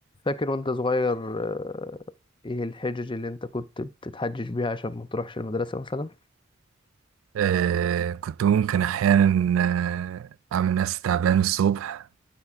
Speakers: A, on the left; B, on the right.
A: فاكر وانت صغير آه، ايه الحجج اللي انت كنت بتتحجج بيها عشان ما تروحش المدرسة مثلا
B: آه كنت ممكن أحيانا آه أعمل نفسي تعبان الصبح